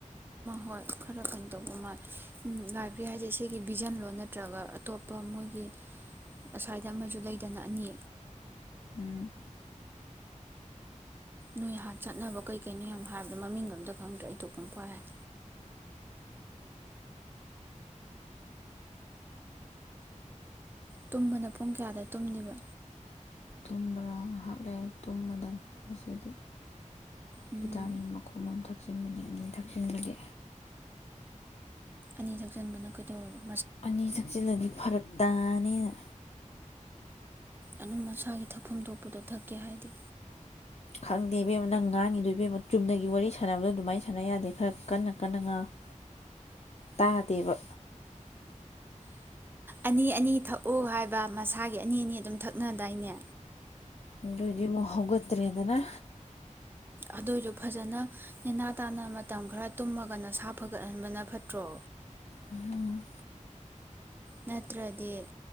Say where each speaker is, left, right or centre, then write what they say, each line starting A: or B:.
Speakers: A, on the right; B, on the left.
A: ꯍꯣꯏ ꯈꯔ ꯀꯩꯅꯣ ꯇꯧꯕ ꯃꯥꯜꯂꯤ ꯂꯥꯏꯕ꯭ꯔꯦꯔꯤ ꯍꯥꯏꯁꯦ ꯁꯤꯒꯤ ꯚꯤꯖꯟꯂꯣ ꯅꯠꯇ꯭ꯔꯒ ꯑꯇꯣꯞꯄ ꯃꯣꯏꯒꯤ ꯑꯁ꯭ꯋꯥꯏꯗ ꯑꯃꯁꯨ ꯂꯩꯗꯅ ꯑꯅꯤ
B: ꯎꯝ
A: ꯅꯣꯏꯍꯥꯟꯅ ꯆꯠꯅꯕ ꯀꯩꯀꯩꯅꯣ ꯌꯥꯝꯅ ꯍꯥꯏꯕꯗꯣ ꯃꯃꯤꯡꯒ ꯑꯝꯇ ꯈꯪꯗ꯭ꯔꯦ ꯑꯩ ꯊꯣꯛꯄ ꯄꯪꯍꯥꯏꯍꯥꯏ ꯇꯨꯝꯕꯅ ꯄꯨꯡ ꯀꯌꯥꯗ ꯇꯨꯝꯂꯤꯕ
B: ꯇꯨꯝꯕꯔꯣ ꯉꯥꯏꯍꯥꯛ ꯂꯩꯔ ꯇꯨꯝꯃꯗꯕꯅꯤ ꯉꯁꯤꯗꯤ
A: ꯎꯝ
B: ꯚꯤꯇꯥꯃꯤꯟ ꯃꯈꯨꯝ ꯑꯃ ꯊꯛ ꯊꯛꯆꯤꯟꯕꯅꯦ ꯑꯅꯤ ꯊꯛꯆꯤꯟꯕꯗꯤ
A: ꯑꯅꯤ ꯊꯛꯆꯟꯕꯅ ꯀꯩꯗꯧꯔꯕ
B: ꯑꯅꯤ ꯊꯛꯆꯜꯂꯅꯤ ꯐꯔꯛ ꯇꯥꯅꯦꯅ
A: ꯑꯗꯨꯝ ꯃꯁꯥꯒꯤ ꯊꯛꯐꯝ ꯊꯣꯛꯄꯗꯨ ꯊꯛꯀꯦ ꯍꯥꯏꯗꯦ
B: ꯈꯪꯗꯦ ꯏꯕꯦꯝꯃ ꯅꯪ ꯉꯥꯡꯉꯤꯗꯣ ꯏꯕꯦꯝꯃ ꯆꯨꯝꯅꯒꯤ ꯋꯥꯔꯤ ꯁꯥꯟꯅꯕꯗꯣ ꯑꯗꯨꯃꯥꯏꯅ ꯁꯥꯟꯅ ꯌꯥꯗꯦ ꯈꯔ ꯀꯟꯅ ꯀꯟꯅ ꯉꯥꯡꯎ ꯇꯥꯗꯦꯕ
A: ꯑꯅꯤ ꯑꯅꯤ ꯊꯛꯎ ꯍꯥꯏꯕ ꯃꯁꯥꯒꯤ ꯑꯅꯤ ꯑꯅꯤ ꯑꯗꯨꯝ ꯊꯛꯅꯗꯥꯏꯅꯦ
B: ꯑꯗꯨꯏꯗꯤ ꯑꯃꯨꯛ ꯍꯧꯒꯠꯇ꯭ꯔꯦꯗꯅ
A: ꯑꯗꯨꯏꯁꯨ ꯐꯖꯅ ꯅꯦꯅꯥ ꯇꯥꯅ ꯃꯇꯝ ꯈꯔ ꯇꯨꯝꯃꯒ ꯅꯁꯥ ꯐꯒꯠꯍꯟꯕꯅ ꯐꯠꯇ꯭ꯔꯣ
B: ꯎꯝ
A: ꯅꯠꯇ꯭ꯔꯗꯤ